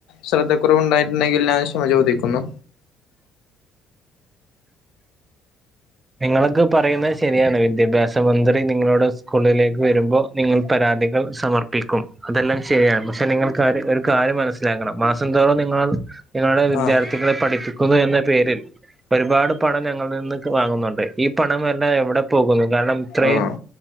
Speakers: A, on the left; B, on the right.
A: ശ്രദ്ധ കുറവുണ്ടായിട്ടുണ്ടെങ്കിൽ ഞാൻ ക്ഷമ ചോദിക്കുന്നു
B: നിങ്ങളക്ക് പറയുന്നത് ശരിയാണ് വിദ്യഭ്യാസ മന്ത്രി നിങ്ങളോട് സ്കൂളിലേക്ക് വരുമ്പോ നിങ്ങൾ പരാതികൾ സമർപ്പിക്കും അതെല്ലാം ശരിയാണ് പക്ഷെ നിങ്ങൾക്കാര് ഒരു കാര്യം മനസ്സിലാക്കണം മാസം തോറും നിങ്ങൾ ഞങ്ങളുടെ വിദ്യാർത്ഥികളെ
A: ആഹ്
B: പഠിപ്പിക്കുന്നു എന്ന പേരിൽ ഒരുപാട് പണം ഞങ്ങളിൽ നിന്ന് വാങ്ങുന്നുണ്ട്. ഈ പണം എല്ലാം എവിടെ പോകുന്നു കാരണം ഇത്രേം
A: ആഹ്